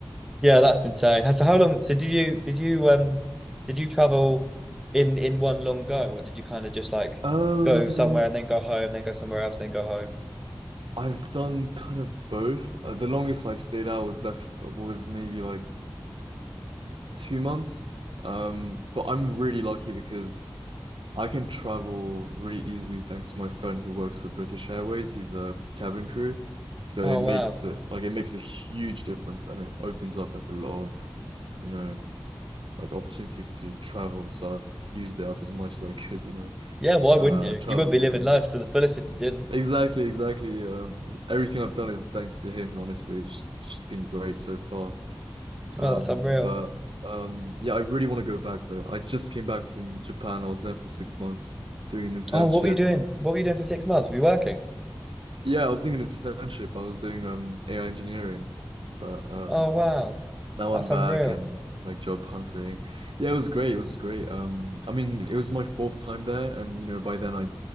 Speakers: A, in the centre; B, on the right.
A: yeah, that's insane. So how long? So did you did you um did you travel in in one long go, or did you kind of just like
B: Um
A: go somewhere and then go home, then go somewhere else, then go home?
B: I've done kind of both. Uh, the longest I stayed out was left was maybe like two months. Um, but I'm really lucky because I can travel really easily thanks to my friend who works at British Airways. He's a cabin crew. So
A: Oh
B: it makes
A: wow,
B: it like it makes a huge difference and it opens up like a lot of, you know, like opportunities to travel. So I've used it up as much as I could, you know,
A: yeah, why wouldn't
B: uh
A: you?
B: travel
A: You wouldn't be living
B: with him.
A: life to the fullest if you didn't.
B: Exactly, exactly. Um, everything I've done is thanks to him, honestly. It's just been great so far. Um,
A: Oh, that's unreal.
B: but um, yeah, I really want to go back though. I just came back from Japan. I was there for six months doing an internship.
A: Oh, what were you doing? What were you doing for six months? Were you working?
B: Yeah, I was doing an internship. I was doing um AI engineering, but um,
A: Oh, wow.
B: now
A: That's
B: I'm back
A: unreal.
B: and like job hunting. Yeah, it was great. It was great. Um, I mean, it was my fourth time there, and you know, by then I,